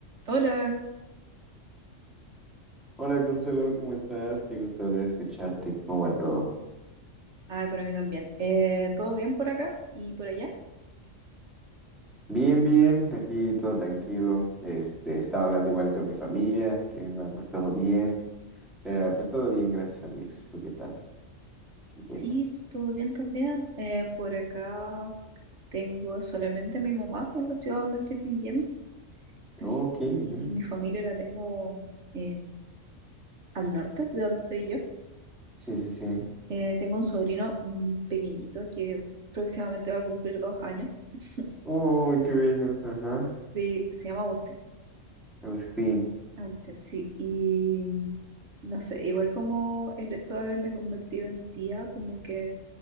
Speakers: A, on the right; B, in the centre.
A: Hola,
B: Hola Consuelo, ¿cómo estás? Qué gusto volver a escucharte. ¿Cómo va todo?
A: ay, para mí también. Eh, ¿todo bien por acá y por allá?
B: Bien, bien, aquí todo tranquilo. Este, estaba hablando igual con mi familia, que me ha pues todo bien, pero pues todo bien, gracias a Dios. ¿Tú qué tal? ¿Qué cuentas?
A: Sí, todo bien también. Eh, por acá tengo solamente a mi mamá en la ciudad donde estoy viviendo, así
B: Ok,
A: que mi
B: ujú.
A: familia la tengo eh, al norte, de donde soy yo.
B: Sí, sí, sí.
A: Eh, tengo un sobrino mm, pequeñito que próximamente va a cumplir dos años. <laughs>
B: Oh, qué bello. Ajá.
A: Sí, se llama Agustín.
B: Agustín.
A: Agustín, sí. Y no sé, igual como el hecho de haberme convertido en tía, como que